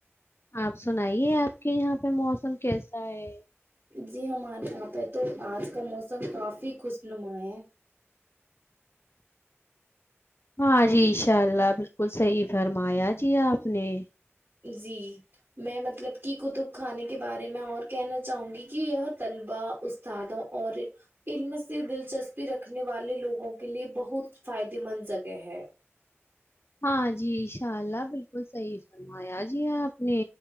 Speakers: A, on the left (about 60°); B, on the right (about 50°).
A: آپ سنائیے آپ کے یہاں پہ موسم کیسا ہے
B: جی ہمارے یہاں پہ تو آج کا موسم کافی خوشنما ہے
A: ہاں جی انشاء اللہ بالکل صحیح فرمایا جی آپ نے
B: جی میں مطلب کہ کتب خانے کے بارے میں اور کہنا چاہوں گی کہ یہ طلبہ استادوں اور علم سے دلچسپی رکھنے والے لوگوں کے لیے بہت فائدے مند جگہ ہے
A: ہاں جی ان شاء اللہ بالکل صحیح فرمایا جی آپ نے